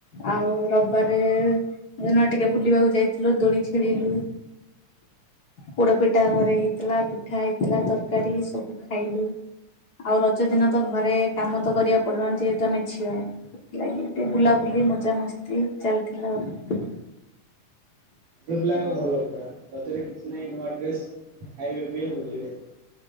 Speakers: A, on the left (about 40°); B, on the right (about 75°).
A: ଆଉ ରବିବାରେ ଦିନ ଟିକେ ବୁଲିବାକୁ ଯାଇଥିଲୁ ଦୋଳି ଖେଳିଲୁ, ପୋଡ ପିଠା ଘରେ ହେ ହେଇଥିଲା ପିଠା ହେଇଥିଲା ତରକାରୀ ସବୁ ଖାଇଲୁ। ଆଉ ରଜ ଦିନ ତ ଘରେ କାମ ତ କରିବାକୁ ପଡୁନି ଯେହେତୁ ଆମେ ଝିଅ। ସେଥିଲାଗି ଟିକେ ବୁଲାବୁଲି ମଜା ମସ୍ତି ଚାଲିଥିଲା ଆଉ
B: ଝିଅ ପିଲାଙ୍କ ଭଲ ପୁରା ରଜରେ କିଛି ନାହିଁ ନୂଆ ଡ୍ରେସ ଖାଇବେ ବି ବୁଲିବେ।